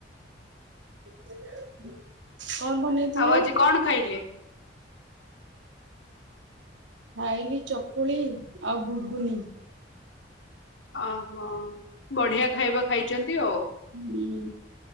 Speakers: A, on the right; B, on the left.
A: <unintelligible> ବନେଇଥିଲେ?
B: ଆଉ ଆଜି କଣ ଖାଇଲେ
A: ଖାଇଲି ଚକୁଳି ଆଉ ବୁଗୁନି
B: ଓହୋ ବଢିଆ ଖାଇବା ଖାଇଛନ୍ତି ଆଉ।
A: ହୁଁ